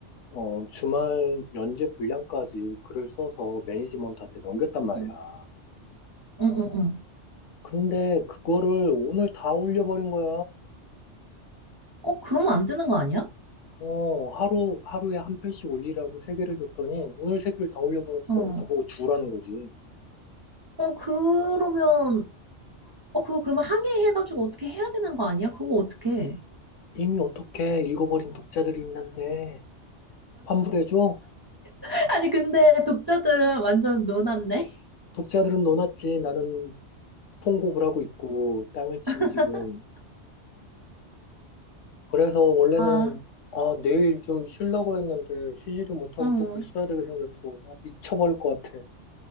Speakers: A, on the left (about 80°); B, on the right (about 30°).
A: 어, 주말 연재 분량까지 글을 써서 매니지먼트한테 넘겼단 말이야.
B: 응. 응, 응, 응. 응.
A: 근데 그거를 오늘 다 올려버린 거야.
B: 어, 그러면 안 되는 거 아니야?
A: 어, 하루, 하루에 한 편씩 올리라고 세 개를 줬더니 오늘 세 개를 다 올려버렸어.
B: 어.
A: 나보고 주라는 거지.
B: 어, 그러면, 어, 그거 그러면 항해해가지고 어떻게 해야 되는 거 아니야? 그거 어떻게 해?
A: 이미 어떻게 읽어버린 독자들이 있는데. 환불해줘?
B: <laughs> 아니, 근데 독자들은 완전 노났네.
A: 독자들은 노났지. 나는 통곡을 하고 있고, 땅을 치고
B: <laughs>
A: 지금. 그래서 원래는,
B: 아,
A: 아, 내일 좀 쉬려고 그랬는데, 쉬지도 못하고
B: 응.
A: 또 글 써야 되게 생겼어. 아, 미쳐버릴 것 같아.